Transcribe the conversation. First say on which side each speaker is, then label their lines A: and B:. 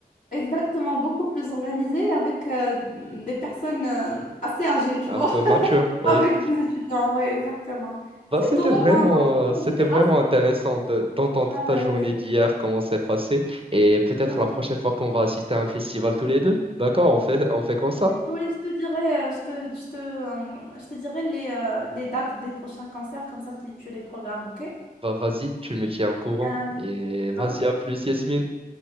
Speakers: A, on the left (about 55°); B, on the right (about 35°).
A: exactement beaucoup plus organisé, avec euh, des personnes euh, assez âgées,
B: <laughs>
A: tu
B: un
A: vois,
B: peu mature,
A: <laughs>
B: oui.
A: avec des étudiants, oui, exactement.
B: Bah,
A: C'est
B: c'était
A: tout,
B: vraiment
A: moi,
B: euh,
A: en
B: c'était
A: général,
B: vraiment
A: c'était...
B: intéressant de- d'entendre
A: Ouais,
B: ta
A: ouais,
B: journée
A: ouais.
B: d'hier, comment c'est passé. Et peut-être
A: Ouais.
B: la prochaine fois qu'on va assister à un festival tous les deux. D'accord, on fait, on fait comme ça.
A: Oui, je te dirai, euh, je te, je te, euh, je te dirai les, euh, les dates des prochains concerts, comme ça tu, tu les programmes, ok?
B: Bah vas-y, tu me tiens au courant.
A: Allez.
B: Et vas-y,
A: Ok,
B: à plus, Yasmine.